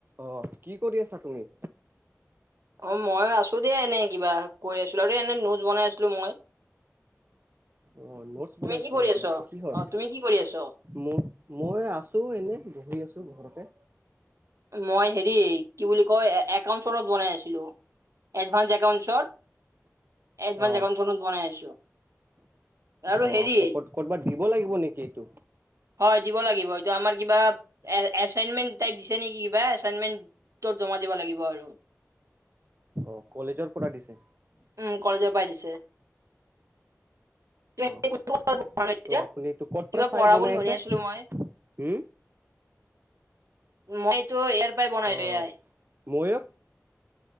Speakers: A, on the right; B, on the right.
A: অ' কি কৰি আছা তুমি?
B: অ' মই আছো দেই এনে কিবা, কৰি আছিলো। আৰু এনে নোটছ বনাই আছিলো মই।
A: অ' নোটছ
B: তুমি
A: বনাইছিলা
B: কি কৰি
A: নেকি?
B: আছ
A: কিহৰ?
B: অ তুমি কি কৰি আছ
A: ম-মই আছো এনে, বহি আছো ঘৰতে।
B: মই হেৰি কি বুলি কয়, একাউন্টচনত বনাই আছিলো। এডভাঞ্চ একাউন্টচত এডভান্স
A: অ
B: একাউণ্টচনত বনাই আছো। আৰু
A: অ'
B: হেৰি
A: আপুনি ক'ত ক'তবাত দিব লাগিব নেকি এইটো?
B: হয় দিব লাগিব এইটো। আমাৰ কিবা এছাইনমেণ্ট টাইপ দিছে। নেকি কিবা। এচাইনমেণ্টত জমা দিব লাগিব আৰু।
A: অ' কলেজৰ পৰা দিছে?
B: উম কলেজৰ পাই দিছে। তুমি
A: অ'।
B: কোনটো কলেজত পঢ়া নো এতিয়া
A: ত' আপুনি এইটো ক'ৰ
B: কিবা
A: পৰা চাই
B: পঢ়া
A: বনাইছে?
B: বুলি শুনি আছিলো মই
A: হুম।
B: মই এইটো ইয়াৰ পৰাই বনালো।
A: অ
B: এআই।
A: ময়ো